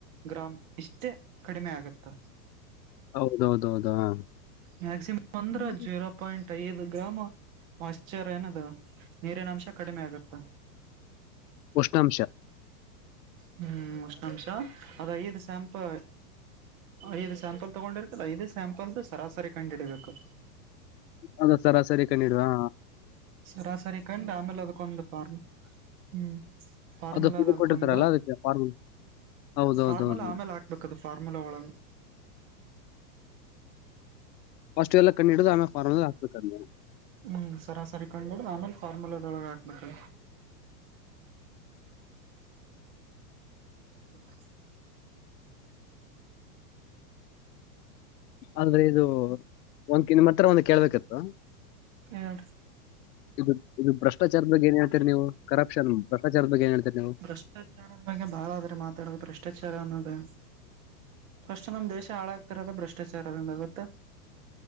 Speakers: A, on the right; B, on the left.
A: gram ಇಷ್ಟೇ ಕಡಿಮೆ ಆಗುತ್ತಾ
B: ಹೌದೌದೌದು ಆ
A: ಮ್ಯಾಕ್ಸಿಮಮ್ ಅಂದ್ರ
B: <inaudible>
A: ಜೀರೋ ಪಾಯಿಂಟ್ ಐದು ಗ್ರಾಮು ಮೊಯ್ಸ್ಚರ್ ಏನದು ನೀರಿನಂಶ ಕಡಿಮೆ ಆಗುತ್ತ
B: ಉಷ್ಣಾಂಶ
A: ಹ್ಮ್ ಉಷ್ಣಾಂಶ ಅದ್ ಐದು ಸ್ಯಾಂಪಲ್ ಐದು ಸ್ಯಾಂಪಲ್ ತಗೊಂಡಿರ್ತಿಲ್ಲ ಐದು ಸ್ಯಾಂಪಲ್ದು ಸರಾಸರಿ ಕಂಡಿಡಿಬೇಕು
B: ಅಂದ್ರ ಸರಾಸರಿ ಕಂಡಿಡಿ ಆ
A: ಸರಾಸರಿ ಕಂಡು ಆಮೇಲೆ ಅದುಕ್ಕೊಂದ್ ಪಾರ್ಮುಲ ಹ್ಮ ಫಾರ್ಮುಲ
B: ಅದು ಇದು
A: ಅದ ಅದುಕ್ಕೊಂದು
B: ಕೊಟ್ಟಿರ್ತಾರಲ್ಲ ಅದಕ್ಕೆ ಫಾರ್ಮು ಹೌದೌದೌದು
A: ಫಾರ್ಮುಲಾ ಆಮೇಲ್ ಹಾಕ್ಬೇಕದು ಫಾರ್ಮುಲ ಒಳಗ
B: ಫಸ್ಟ್ ಇದೆಲ್ಲ ಕಂಡ್ ಇಡ್ದು ಆಮೇಗ್ ಫಾರ್ಮುಲದಗ್ ಆಕ್ಬೇಕದ್ನ
A: ಹ್ಮ್ ಸರಾಸರಿ ಕಂಡಿಡ್ದು ಆಮೇಲ್ ಫಾರ್ಮುಲದೊಳ್ಗ ಹಾಕ್ಬೇಕು <unintelligible>
B: ಅಲ್ರಿ ಇದು ಒಂದ್ಕಿದ್ ನಿಮ್ ಹತ್ರ ಒಂದು ಕೇಳ್ಬೇಕಿತ್ತು
A: ಹೇಳ್ರಿ
B: ಇದು ಇದು ಭ್ರಷ್ಟಾಚಾರದ್ ಬಗ್ಗೆ ಏನೇಳ್ತೀರ್ ನೀವು, ಕರಪ್ಷನ್ ಭ್ರಷ್ಟಾಚಾರದ್ ಬಗ್ಗೆ ಏನ್ ಹೇಳ್ತೀರಿ ನೀವು
A: ಭ್ರಷ್ಟಾಚಾರದ್ ಬಗ್ಗೆ ಬಾಳ ಅದ್ರಿ ಮಾತಾಡೋದು ಭ್ರಷ್ಟಾಚಾರ ಅನ್ನೋದು, ಫಸ್ಟ್ ನಮ ದೇಶ ಹಾಳಗತ ಇರೋದು ಭ್ರಷ್ಟಾಚಾರದಿಂದ ಗೊತ್ತಾ.